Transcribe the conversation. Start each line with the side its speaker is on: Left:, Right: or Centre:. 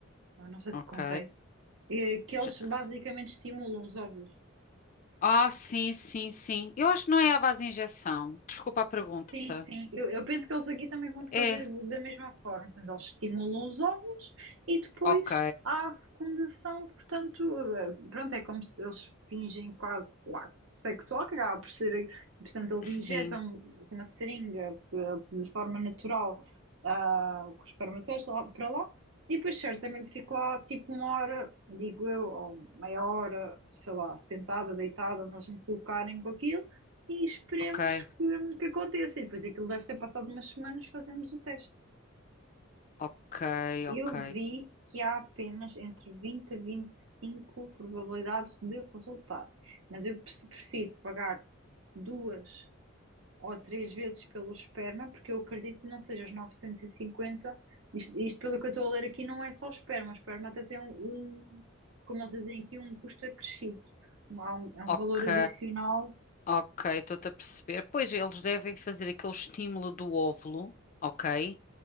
Right: ah, não sei se
Left: Ok.
Right: te contei, eh, que eles
Left: Já-
Right: basicamente estimulam os óvulos.
Left: Ah, sim, sim, sim. Eu acho que não é à base de injeção. Desculpa a pergunta.
Right: Sim, sim. Eu, eu penso que eles aqui também vão
Left: É.
Right: fazer da mesma forma. Portanto, eles estimulam os óvulos e depois
Left: Ok.
Right: há a fecundação. Portanto, eh, pronto, é como se eles fingem quase lá, sexo oral, que acaba por ser. Portanto, eles
Left: Sim.
Right: injetam uma seringa pe- de forma natural ah, com os espermatozoides lá, para lá e depois certamente fico lá tipo uma hora, digo eu, ou meia hora, sei lá, sentada, deitada, nós me colocarem com aquilo e esperemos
Left: Ok.
Right: que, que aconteça. E depois aquilo deve ser passado umas semanas, fazemos o teste.
Left: Ok,
Right: Eu
Left: ok.
Right: vi que há apenas entre 20 a 25 probabilidades de resultado, mas eu pre- prefiro pagar duas ou três vezes pelo esperma, porque eu acredito que não seja os 950. Isto, isto pelo que eu estou a ler aqui, não é só o esperma. O esperma até tem um, um- como eles dizem aqui, um custo acrescido. Há um, é um
Left: Ok.
Right: valor adicional.
Left: Ok, estou-te a perceber. Pois eles devem fazer aquele estímulo do óvulo, ok?